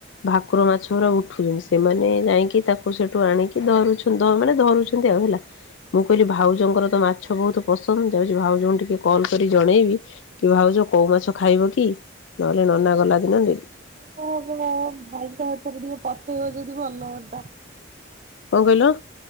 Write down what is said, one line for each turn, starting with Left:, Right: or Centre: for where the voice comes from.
Left: ଭାକୁର ମାଛ ପୁରା ଉଠୁଛନ୍ତି ସେମାନେ ଯାଇକି ତାକୁ ସେଠୁ ଆଣିକି ଧରୁଛ ମାନେ ଧରୁଛନ୍ତି ଆଉ ହେଲା। ମୁଁ କହିଲି ଭାଉଜଙ୍କର ତ ମାଛ ବହୁତ ପସନ୍ଦ ଯାଉଛି ଭାଉଜଙ୍କୁ ଟିକେ କଲ୍ କରି ଜଣେଇବି। କି ଭାବୁଛ କୋଉ ମାଛ ଖାଇବ କି? ନହେଲେ ନନା
Right: ଖାଲି
Left: ଗଲା ଦିନ
Right: ଜଣେଇଲେ
Left: କଣ
Right: କଣ ହବ ଭାଇଙ୍କ ହାତରେ ଟିକେ ପଠେଇବ ଯଦି ଭଲ ହୁଅନ୍ତା।
Left: କଣ କହିଲ?